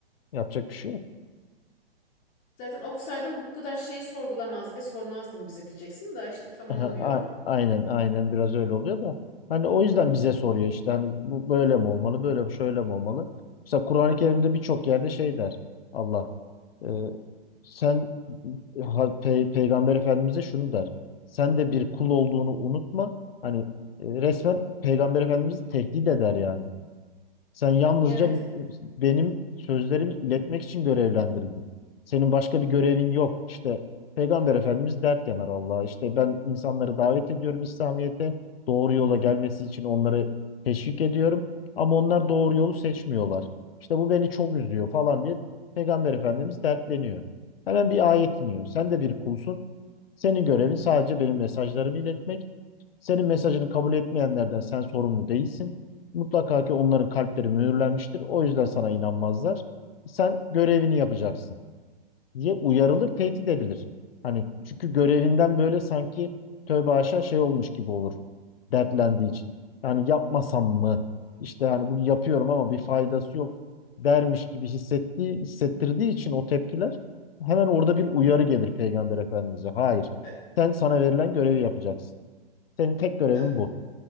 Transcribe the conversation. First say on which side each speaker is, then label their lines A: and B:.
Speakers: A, on the left; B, on the left.
A: Yapacak bir şey yok.
B: zaten okusaydın bu kadar şeyi sorgulamaz ve sormazdın bize diyeceksin Da işte tam
A: Aha,
B: olmuyor.
A: a- Aynen aynen biraz öyle oluyor da hani o yüzden bize soruyor işte hani bu böyle mi olmalı böyle mi şöyle mi olmalı. Mesela Kur'an-ı Kerim'de birçok yerde şey der Allah e, sen ha- Pe- Peygamber Efendimiz'e şunu der sen de bir kul olduğunu unutma hani e, resmen Peygamber Efendimiz'i tehdit eder yani. Sen yalnızca
B: Evet.
A: benim sözlerimi iletmek için görevlendirildin. Senin başka bir görevin yok. İşte Peygamber Efendimiz dert yanar Allah'a. İşte ben insanları davet ediyorum İslamiyet'e. Doğru yola gelmesi için onları teşvik ediyorum. Ama onlar doğru yolu seçmiyorlar. İşte bu beni çok üzüyor falan diye Peygamber Efendimiz dertleniyor. Hemen bir ayet iniyor. Sen de bir kulsun. Senin görevin sadece benim mesajlarımı iletmek. Senin mesajını kabul etmeyenlerden sen sorumlu değilsin. Mutlaka ki onların kalpleri mühürlenmiştir. O yüzden sana inanmazlar. Sen görevini yapacaksın diye uyarılır, tehdit edilir. Hani çünkü görevinden böyle sanki tövbe haşa şey olmuş gibi olur dertlendiği için. Yani yapmasam mı? İşte hani bunu yapıyorum ama bir faydası yok dermiş gibi hissettiği, hissettirdiği için o tepkiler hemen orada bir uyarı gelir Peygamber Efendimiz'e. Hayır,
B: Ö-
A: sen sana verilen görevi yapacaksın. Senin tek görevin
B: ö-
A: bu.